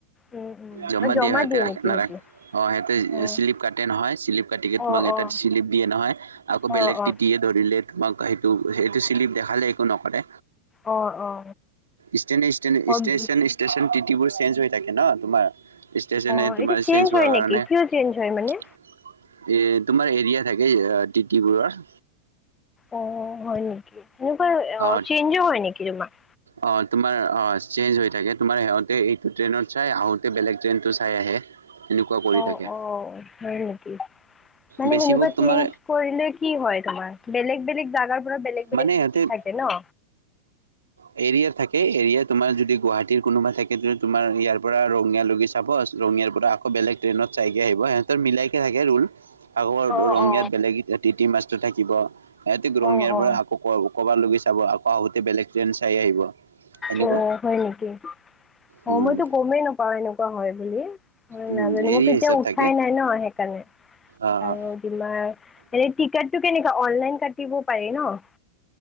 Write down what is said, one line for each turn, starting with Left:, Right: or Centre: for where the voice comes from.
Left: উম, উম,
Right: জমা
Left: অ',
Right: দিয়ে সিহঁতে ৰা-
Left: নেকি
Right: নাৰাখে
Left: সেইটো?
Right: অ সিহঁতে
Left: অ',
Right: শ্লিপ কাটে নহয় শ্লিপ কাটি তোমাক
Left: অ',
Right: এটা
Left: অ',
Right: চিলিপ দিয়ে নহয় আকৌ বেলেগ
Left: অ', অ',
Right: টিটিয়ে ধৰিলে তোমাক সেইটো- সেইটো শ্লিপ দেখালে একো নকৰে।
Left: অ' অ।
Right: এষ্টেচন
Left: অ',
Right: এষ্টেচন ষ্টেচনৰ তিতিবোৰ চেঞ্জ হৈ থাকে ন তোমাৰ। ষ্টেচনে
Left: অ',
Right: তোমাৰ
Left: এইটো
Right: চেঞ্জ
Left: হয়
Right: হোৱাৰ কাৰণে
Left: নেকি?
Right: এ,
Left: কিয় চেঞ্জ হয় মানে?
Right: তোমাৰ এৰিয়া থাকে টিটিবোৰৰ।
Left: অ' হয় নেকি এনেকুৱা
Right: অ
Left: চেনঞ্জো হয় নেকি তোমাৰ?
Right: অ তোমাৰ অ চেঞ্জ হৈ থাকে তোমাৰ সিহঁতে এইটো ট্ৰেইনত চাই আহোঁতে বেলেগ ট্ৰেইনটো চাই আহে। এনেকুৱা কৰি
Left: অ'
Right: থাকে
Left: অঔ হয় নেকি? মানে
Right: বেছিভাগ
Left: সেনেকুৱা
Right: তোমাৰ
Left: চেঞ্জ কৰিলে কি হয় তোমাৰ বেলেগ বেলেগ জাগাৰ পৰা বেলেগ বেলেগ
Right: মানে
Left: টিটি
Right: সিহঁতে
Left: থাকে ন।
Right: এৰিয়াৰ থাকে এৰিয়া তোমাৰ যদি গুৱাহাটীৰ কোনোবা থাকে তেতিয়া তোমাৰ ইয়াৰ পৰা ৰঙিয়া লৈকে চাব ৰঙিয়াৰ পৰা আকৌ বেলেগ ট্ৰেইনত চাইকে আহিব সিহঁতৰ মিলাইকে থাকে ৰোল। আগৰ
Left: অ
Right: ৰঙিয়াত
Left: অ
Right: বেলেগ তিতি মাষ্টৰ থাকিব সহতি ৰঙিয়াৰ
Left: অ অ
Right: পৰা আকৌ ক ক'বালৈ চাব আকৌ আহোতে বেলেগ ট্ৰেইন চাই আহিব। সেনেকুৱা
Left: অ', হয় নেকি অ'
Right: উম
Left: মইতো গমেই নাপাও এনেকুৱা হয় বুলি। মই
Right: উম
Left: নাজানো
Right: এৰিয়া
Left: ময় কেতিয়াও
Right: হিচাপ
Left: উঠাই
Right: থাকে
Left: নাই ন সেইকাৰণে।
Right: আহ
Left: আৰু তোমাৰ এনে টিকটটো কেনেকা অনলাইন <unintelligible> পাৰি ন?